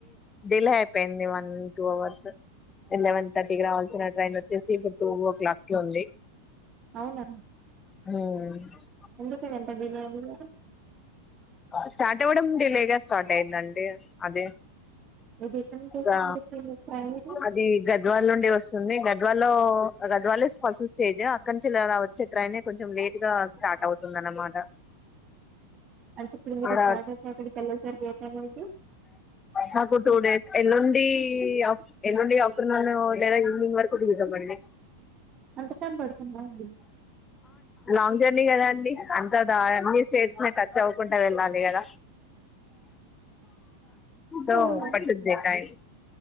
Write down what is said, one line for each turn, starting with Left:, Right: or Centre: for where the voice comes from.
Left: డిలే అయిపోయింది వన్ టూ అవర్స్ ఎలవెన్ తర్టీకి రావాల్సిన ట్రైన్ వచ్చేసి ఇప్పుడు టూ ఓ క్లాక్ కి ఉంది
Right: అవున
Left: మ్
Right: ఎందుకు అంత డిల అయింది
Left: స్టార్ట్ అవడం డిలేే గా స్టార్ట్ అయిందండి అదే
Right: ఇది ఎక్కడి నుంచి
Left: ఇంకా
Right: వస్తుంది మరి ట్రైన్ ఇది
Left: అది గద్వాల నుండి వస్తుంది గద్వాల్ లో గద్వాల్ నే ఫస్ట్ స్టేజ్ అక్కడ నుంచి ఇలా వచ్చే ట్రైనే కొంచెం లేట్ గా స్టార్ట్ అవుతుంది అన్నమాట
Right: అంటే ఇప్పుడు మీరు
Left: ఆడ
Right: స్టార్ట్ అయితే అక్కడికి వెళ్ళేసరికి ఏ టైం అయింది
Left: నాకు టూ డేస్ ఎల్లుండీ అఫ్ ఏల్లుండి అఫ్టార్నూన్ లేదా ఈవినింగ్ వరకు దిగుతం అండి
Right: అంత టైం పడుతుందా అండి
Left: లాంగ్ జర్నీ కదా అండి అంతా అన్నీ స్టేట్స్ నీ టచ్ అవు వుకుంట వెళ్ళాలి కదా సో
Right: అవునా
Left: పట్టుది టైం